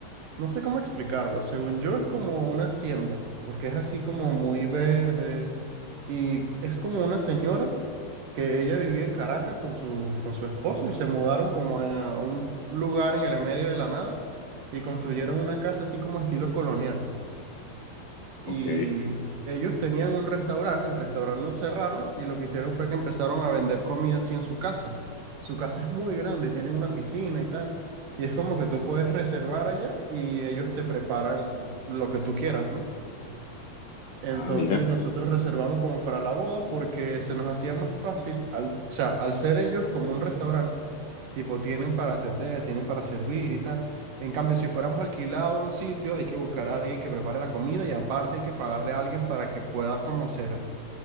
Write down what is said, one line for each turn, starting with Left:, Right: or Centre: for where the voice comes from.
Right: no sé cómo explicarlo, según yo es como una hacienda, porque es así como muy verde y es como una señora que ella vivía en Caracas con su, con su esposo y se mudaron como a un lugar en el medio de la nada y construyeron una casa así como estilo colonial y
Left: Ok.
Right: ellos tenían un restaurante, el restaurante lo cerraron y lo que hicieron fue que empezaron a vender comida así en su casa. Su casa es muy grande, tienen una piscina y tal. Y es como que tú puedes reservar allá y ellos te preparan lo que tú quieras, ¿no? Entonces
Left: Ah, mira.
Right: nosotros reservamos como para la boda porque se nos hacía más fácil, al, o sea, al ser ellos como un restaurante Tipo, tienen para atender, tienen para servir y tal. En cambio, si fuéramos alquilados a un sitio, hay que buscar a alguien que prepare la comida y aparte hay que pagarle a alguien para que pueda como servir